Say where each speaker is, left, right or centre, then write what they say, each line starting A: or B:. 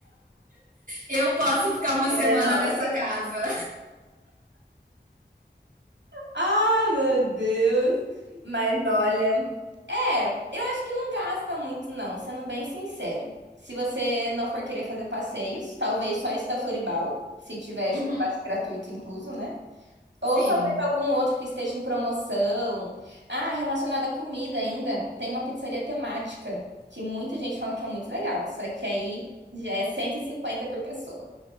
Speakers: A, on the right; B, on the right.
A: Eu posso ficar uma
B: ela
A: semana
B: é nossa.
A: nessa casa.
B: Ai, meu Deus. Mas olha. É, eu acho que não gasta muito, não, sendo bem sincera. Se você não for querer fazer passeios, talvez só esse da Floribal, se tiver
A: Uhum,
B: chocolate gratuito incluso, né? Ou
A: sim.
B: talvez algum outro que esteja em promoção. Ah, relacionado à comida ainda, tem uma pizzaria temática, que muita gente fala que é muito legal, só que aí já é 150 por pessoa.